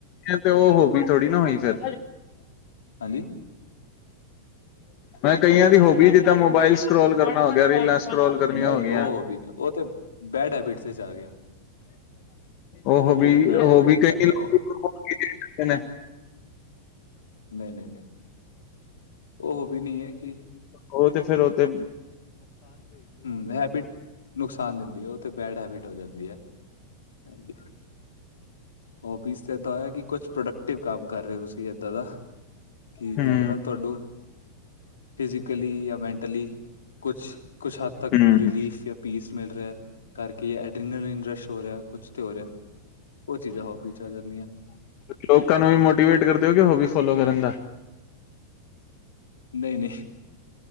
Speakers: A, on the left; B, on the left.
A: ਤੇ ਉਹ ਹੋਗੀ ਥੋੜੀ ਨਾ ਹੋਈ ਫਿਰ
B: ਹਾਂਜੀ,
A: ਮੈਂ ਕਈਆਂ ਦੀ ਹੋਬ ਜਿੱਦਾਂ ਮੋਬਾਇਲ ਸਕਰੋਲ ਕਰਨਾ ਹੋ ਗਿਆ ਰੀਲਾਂ ਸਕਰੋਲ ਕਰਨੀਆਂ
B: ਨਹੀਂ
A: ਗਈਆਂ
B: ਉਹ ਹੋ ਵੀ ਨਹੀਂ ਉਹ ਤੇ ਬੈਡ ਹੈਬਿਟਸ ਆ ਗਿਆ।
A: ਉਹ
B: ਤੇ
A: ਵੀ,
B: ਬੈਡ
A: ਉਹ
B: ਹੈਬਿਟਸ
A: ਵੀ
B: ਚ
A: ਕਈ
B: ਆ ਗਿਆ
A: ਲੋਕ
B: ਉਹ
A: ਨੇ।
B: ਨਹੀਂ-ਨਹੀਂ- ਨਹੀਂ। ਉਹ ਵੀ ਨਹੀ ਹੈ ਕਿ
A: ਉਹ ਤੇ ਫੇਰ ਉਥੇ
B: ਹੂੰ ਹੈਬਿਟ ਨੁਕਸਾਨ ਦਿੰਦੀ ਹੈ ਤੇ ਬੈਡ ਹੈਬਿਟ ਹੋ ਜਾਂਦੀ ਹੈ। ਹਾਂਜੀ। ਹੋਬੀਜ਼ ਤੇ ਇੱਦਾਂ ਹੋਇਆ ਕਿ ਕੁਛ ਪ੍ਰੋਡਕਟਿਵ ਕੰਮ ਕਰ ਰਹੇ ਹੋ ਤੁਸੀਂ, ਕੀ ਏਦਾਂ ਦਾ ਕਿ ਜਿਦੇ
A: ਹੂੰ
B: ਨਾਲ ਤੁਹਾਨੂੰ ਫਿਜ਼ਕਲੀ ਜਾਂ ਮੈਂਟਲੀ, ਕੁਛ-ਕੁਛ ਹੱਦ ਤੱਕ
A: ਹੂੰ
B: ਰਲੀਫ ਜਾਂ ਪੀਸ ਮਿਲ ਰਿਹਾ ਕਰਕੇ ਐਡਰੀਨ ਇਰਸਟ ਹੋ ਰਿਹਾ ਕੁਛ ਤੇ ਹੋ ਰਿਹਾ। ਉਹ ਚੀਜ਼ਾਂ ਹੋਬੀ ਚ ਆ ਜਾਂਦੀਆਂ
A: ਲੋਕਾਂ ਨੂੰ ਵੀ ਮੋਟੀਵੇਟ ਕਰ ਦਿਓਗੇ ਹੋ ਵੀ ਫੋਲੋ ਕਰਨ ਦਾ,
B: ਨਹੀਂ-ਨਹੀਂ,